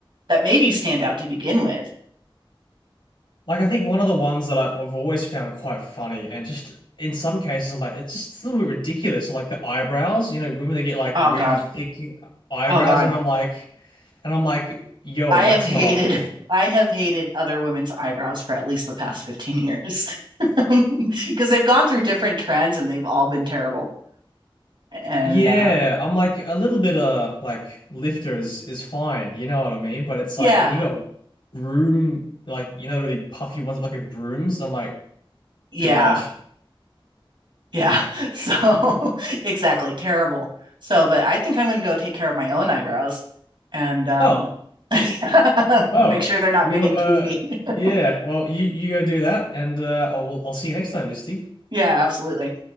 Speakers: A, on the right; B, on the left.
A: that made you stand out to begin with.
B: Like I think one of the ones that I- I've always found quite funny, and just in some cases, I'm like, it's just a little bit ridiculous. Like the eyebrows, you know, women that get like
A: Oh
B: really
A: God.
B: thick eyebrows,
A: Oh God.
B: and I'm like, and I'm like, yo,
A: I
B: that's
A: have hated
B: not.
A: <laughs> I have hated other women's eyebrows for at least the past 15 years <laughs> because they've gone through different trends and they've all been terrible. And
B: Yeah,
A: uh,
B: I'm like a little bit of like lifters is fine, you know what I mean? But it's
A: Yeah.
B: like when you got broom, like you know the really puffy ones that look like brooms. I'm like
A: Yeah.
B: too much.
A: Yeah. <laughs> So <laughs> exactly. Terrible. So, but I think I'm going to go take care of my own eyebrows and um
B: Oh,
A: <laughs>
B: well,
A: make sure they're not
B: you
A: big and
B: uh,
A: poofy. <laughs>
B: yeah. Well, you you go do that, and uh, I'll I'll see you next time, Misty.
A: Yeah, absolutely.